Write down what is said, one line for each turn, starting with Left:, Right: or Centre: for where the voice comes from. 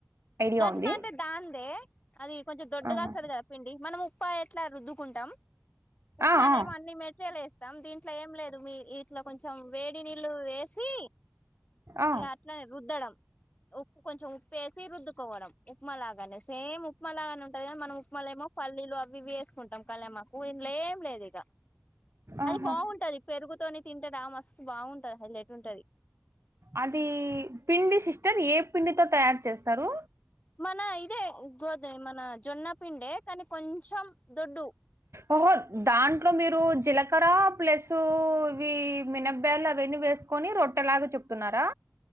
Right: ఐడియా
Left: గట్క
Right: ఉంది.
Left: అంటే దాందే అది కొంచెం దొడ్డుగా
Right: ఆహా!
Left: వస్తుంది కద పిండి మనం ఉప్పయి ఎట్లా ర కుంటాం ఉప్మా
Right: ఆ! ఆ!
Left: ఏమో అన్ని మట్ లు వేస్తాం దీంట్లో ఏం లేదు మీ ఇట్లో కొంచెం వేడి నీళ్ళు వే ఎసి
Right: ఆ!
Left: ఇగ అట్లానే రుద్దడం ఉప్పు కొంచం ఉప్పు వేసి ఉదుకోవడం ఉప్మాలాగానే సేమ్ ఉప్మాలాగానే ఉంటాది కానీ మనం ఉప్మాలే ఏమో పల్లీలు అవి వేసుకుంటాం కలమ ఊ ఇన్లో ఏం లేదు ఇక అది
Right: ఆహా!
Left: బాగుంటది పెరుగుతోనే తింటే బా మస్తు బాగుంటది హైలెట్ ఉంటది
Right: అది పిండి సిస్టర్ ఏ పిండితో తయారు చేస్తారు
Left: మన ఇదే గోద మన జొన్న పిండే కానీ కొంచెం దొడ్డు
Right: ఓహో దాంట్లో మీరు జీలకర్ర ప్లస్ ఇవి మినబ్బేలు అవన్నీ వేస్త కొని రొట్టెలాగా చెప్తున్నారా